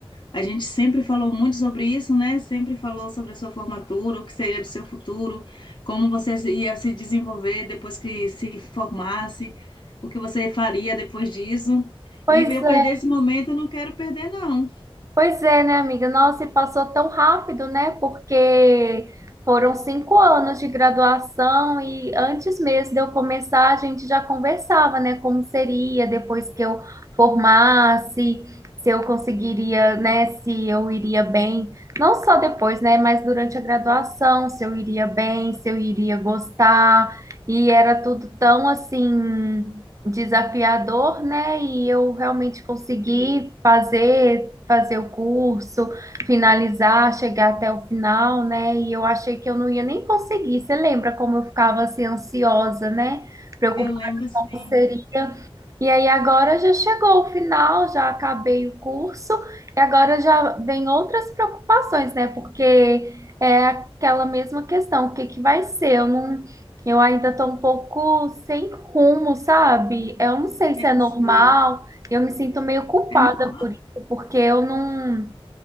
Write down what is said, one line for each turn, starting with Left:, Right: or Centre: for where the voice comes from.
Left: A gente sempre falou muito sobre isso, né? Sempre falou sobre a sua formatura, o que seria do seu futuro, como você se- ia se desenvolver depois que se formasse, o que você faria depois disso.
Right: Pois
Left: E pra eu
Right: é,
Left: perder esse momento, eu não quero perder, não.
Right: Pois é, né, amiga? Nossa, e passou tão rápido, né? Porque foram cinco anos de graduação e antes mesmo de eu começar, a gente já conversava, né? Como seria depois que eu formasse, se eu conseguiria, né? Se eu iria bem, não só depois, né? Mas durante a graduação, se eu iria bem, se eu iria gostar. E era tudo tão assim desafiador, né? E eu realmente consegui fazer fazer o curso, finalizar, chegar até o final, né? E eu achei que eu não ia nem conseguir. Você lembra como eu ficava assim ansiosa, né? Preocupada
Left: Eu lembro sim,
Right: com como seria. E aí agora já chegou o final, já acabei o curso, e agora já vem outras preocupações, né? Porque é aquela mesma questão, o que que vai ser? Eu não, eu ainda estou um pouco sem rumo, sabe? Eu não sei
Left: eu
Right: se é normal,
Left: sei.
Right: eu me sinto meio culpada
Left: É normal.
Right: por isso, porque eu não,